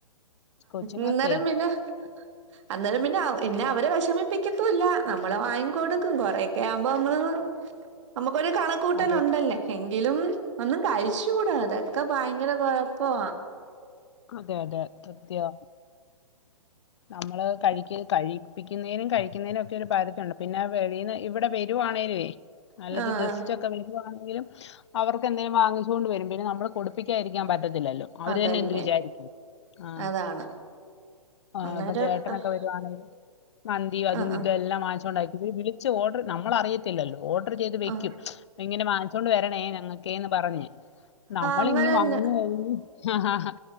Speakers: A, on the left; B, on the right.
A: കൊച്ചുങ്ങക്കെ
B: അന്നേരം പിന്നെ
A: <inaudible>
B: അന്നേരം പിന്നെ പിന്നെ അവരെ വിഷമിപ്പിക്കത്തും ഇല്ല നമ്മള് വാങ്ങി കൊടുക്കും കൊറെയൊക്കെ ആവുമ്പ അമ്മള് നമുക്കൊരു കണക്കൂകൂട്ടലൊണ്ടല്ലോ
A: അതെ
B: എങ്കിലും ഒന്നും കഴിച്ചു കൂടാ അതൊക്കെ ഭയങ്കര കൊഴപ്പമാ
A: അതെ അതെ സത്യമാ നമ്മള് കഴിക്ക് കഴിപ്പിക്കുന്നതിനും കഴിക്കുന്നതിനും ഒക്കെ ഒരു പരുദിയുണ്ട് പിന്നെ വെളീന്ന് ഇവിടെ വര് രുവാണേലുമേ നല്ലത്
B: ആഹ്
A: ഗസ്റ്റ്
B: ആഹ്
A: ഒക്കെ വരുവാണേലും അവർക്കെന്തേലും വാങ്ങിച്ചോണ്ടു വരും പിന്നെ നമ്മള് കൊടു ക്കായിരിക്കാൻ പറ്റത്തില്ലല്ലോ അവര്
B: അതല്ലേ
A: തന്നെ എന്ത് വിചാരിക്കും ആ
B: അതാണ്
A: ആഹ്
B: അന്നേരം
A: ഇപ്പൊ ചേട്ടനൊക്കെ
B: ആഹ്
A: വരുവാണെങ്കിൽ മന്തി അതും
B: ആഹ് ആഹ്
A: ഇതും എല്ലാം വങ്ങിച്ചുകൊണ്ടായിരിക്കു ഇവര് വിളി ച്ച്ഓർഡർ നമ്മൾ അറിയത്തില്ലല്ലോ ഓർഡർ ചെയ്ത് വെക്കും
B: ആഹ്
A: ഇങ്ങനെ വാങ്ങിച്ചോണ്ട് വരണേ ഞങ്ങക്കേന്ന് പറഞ്ഞ് നമ്മള്
B: അങ്ങനെന്നെ
A: ഇങ്ങ് വന്ന് കഴിഞ്ഞ് ഹ ഹ ഹ